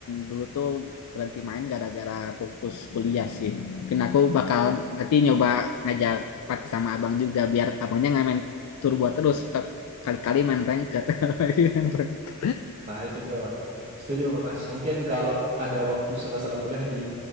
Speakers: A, on the left (about 75°); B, on the right (about 35°).
A: dulu tuh berhenti main gara-gara fokus kuliah sih mungkin aku bakal nanti nyoba ngajak party sama abang juga biar abangnya nggak main turbo terus kali-kali main ranked <laughs>
B: Nah itu dia mas. Setuju mas. Mungkin kalau ada waktu salah-salah kuliah di